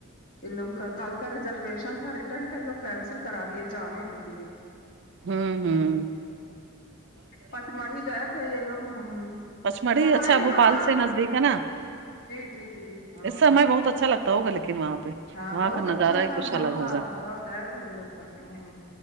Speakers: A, on the left (about 45°); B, on the right (about 55°).
A: ان لوگوں کا کل کا ریزرویشن تھا رٹ ٹرن کر لو کینسل کرا دیے جانے نہیں دیے
B: امم امم
A: پت مڑی گیا تھا یہ لوگ ہم
B: پچ مڑی
A: پڑھائی
B: اچھا بھوپال
A: ہاں
B: سے نزدیک ہے نا
A: جی جی جی ہاں
B: اس سمے بہت اچھا لگ تا ہوا لیکن وہاں پہ
A: ہاں
B: وہاں
A: بہت
B: کا نظارہ
A: اچھا
B: ہی
A: تھا
B: کچھ
A: وہاں
B: الگ
A: کا
B: ہوگا
A: بہت گئے تھے ان لوگ کا امم امم